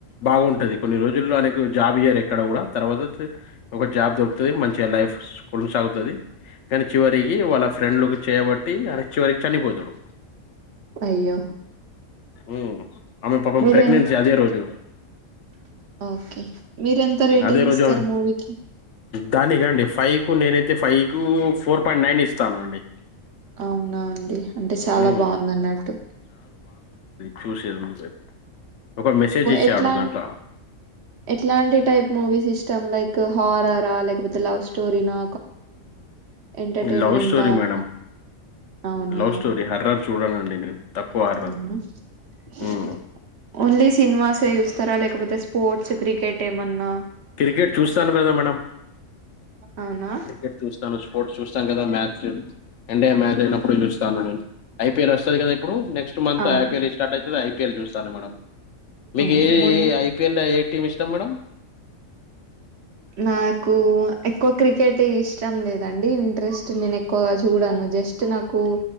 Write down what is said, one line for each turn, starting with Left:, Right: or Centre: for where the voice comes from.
Left: బాగుంటది కొన్ని రోజుల్లో అనకు జాబ్ ఇయ్యారు ఎక్కడ కూడా తర్వాత ఒక జాబ్ దొరు మంచిగా లైఫ్ కొనసాగుతుంది కానీ చివరికి వాళ్ళ ఫ్రెండ్ లకు చేయబట్టి అ చివరికి చనిపోతాడు
Right: అయ్యో
Left: ఉమ్. ఆమె పాపం
Right: మీర
Left: ప్రెగ్నెన్సీ
Right: ఎ
Left: అదే రోజు
Right: ఓకే మీర ఎంత రేటింగ్
Left: అదే రోజు
Right: ఇస్తారు
Left: ఆమె
Right: మూవీకి
Left: దానికండి ఫైవ్ కు నేనైతే ఫైవ్ కు ఫోర్ పాయింట్ నైన్ ఇస్తాను అండి
Right: అవునా అండి అంటే చాలా
Left: హ్మ్.
Right: బాగుంది అన్నట్టు
Left: చూష కే ఒక మెసేజ్ ఇచ్చి
Right: ఎట్లాం
Left: అడుగుదంట
Right: ఎట్లాంటి టైప్ మూవీస్ ఇష్టం లైక్ హారరా లేకపోతే లవ్ స్టోరీ నా ఎంటలీ
Left: love story madam love story horror చూడనండి నేను తక్కువ హర్రర్ హ్మ్.
Right: సిని కొబదస్ స్పోర్ట్స్ క్రికెట్ అన్నా
Left: క్రికెట్ చూస్తాను కదా మేడం
Right: అవునా
Left: క్రికెట్ చూస్తాను చ చూస్తా చూసాం కదా మ్యాచ్ ఇండియా మ్యాచ్ అయినప్పుడు చూస్తాను నేను ఐపీఎల్ వస్తుంది కదా ఇప్పుడు నెక్స్ట్ నక్స్ట్ంత్ఐపీల్
Right: అవును
Left: స్ర్ట్ అవుతు ఐ ళ్ళ చూస్తాను మేడం మీగ
Right: అవును
Left: ఏ
Right: మొన్
Left: ఐపిఎల్ ఏ టీమ్ ఇష్టం మేడంమ్
Right: నాకు ఎక్కువ క్రికెట్ ఇష్టం లేదండి ఇంట్రెస్ట్ నేను ఎక్కువగా చూడాను జస్ట్ నాకు